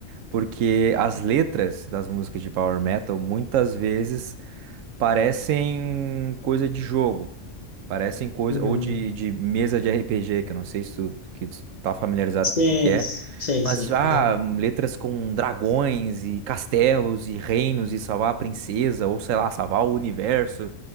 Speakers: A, on the right; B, on the left.
A: porque as letras das músicas de Power Metal muitas vezes parecem coisa de jogo, parecem coisa
B: Uhum.
A: ou de, de mesa de RPG, que eu não sei se tu, que tu tá familiarizado
B: Sim,
A: com o que que é.
B: sim,
A: Mas
B: sim.
A: já
B: Uhum.
A: letras com dragões e castelos e reinos e salvar a princesa, ou sei lá, salvar o universo.